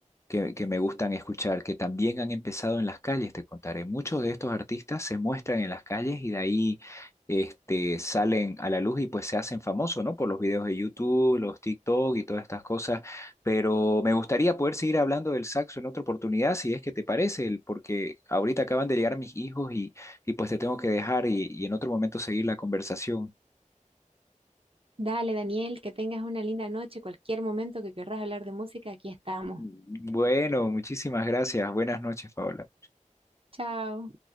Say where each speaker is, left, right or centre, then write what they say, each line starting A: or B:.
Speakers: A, on the left; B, on the right.
A: que, que me gustan escuchar, que también han empezado en las calles, te contaré. Muchos de estos artistas se muestran en las calles y de ahí este, salen a la luz y pues se hacen famosos, ¿no? Por los videos de YouTube, los TikTok y todas estas cosas. Pero me gustaría poder seguir hablando del saxo en otra oportunidad, si es que te parece, el- porque ahorita acaban de llegar mis hijos y, y pues te tengo que dejar y, y en otro momento seguir la conversación.
B: dale Daniel, que tengas una linda noche. Cualquier momento que querrás hablar de música, aquí estamos.
A: Bueno, muchísimas gracias. Buenas noches, Paola.
B: Chao.